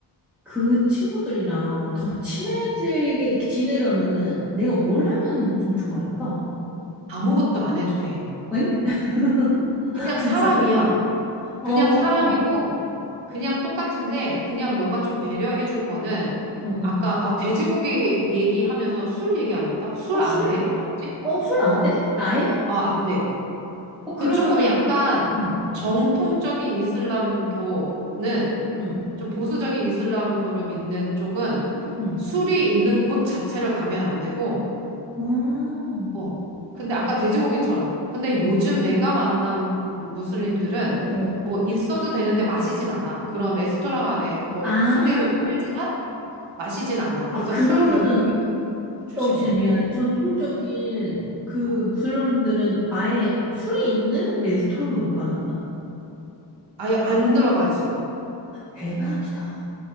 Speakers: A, in the centre; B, on the right (about 75°).
A: 그 친구들이랑 더 친해지게
B: 어,
A: 이렇게 지내려면은 내가 뭘
B: 어.
A: 하면 좀 좋아할까?
B: 아무것도 안 해도 돼.
A: 어잉? <laughs>
B: 그냥
A: 진짜로?
B: 사람이야.
A: 어,
B: 그냥 사람이고,
A: 응,
B: 그냥 똑같은데 그냥 너가 좀 배려해 줄 거는
A: 응.
B: 아까 아, 돼지고기 얘기하면서 술 얘기 안 했다? 술
A: 아, 술?
B: 안 돼? 알았지?
A: 어, 술
B: 어?
A: 안 돼? 아예?
B: 어, 안 돼.
A: 어, 그러면은,
B: 그 조금 약간
A: 응,
B: 정통적인 이슬람교는
A: 응,
B: 좀 보수적인 이슬람교를 믿는 쪽은
A: 응.
B: 술이 있는 곳 자체를 가면 안 되고
A: 아,
B: 어. 근데 아까 돼지고기처럼. 근데 요즘 내가 만난 무슬림들은
A: 어, 어.
B: 뭐 있어도 되는데 마시진 않아. 그런 레스토랑 안에 뭐
A: 아,
B: 술을 팔지만 마시진 않아.
A: 아,
B: 그래서
A: 그러면은,
B: 술 돼지고기는 뭐
A: 저
B: 조심해야
A: 진짜
B: 돼.
A: 미안해. 전통적인 그
B: 어.
A: 무슬림들은 아예 술이 있는 레스토랑도 못 가는 거야?
B: 아예 안 들어가지.
A: 대박이다.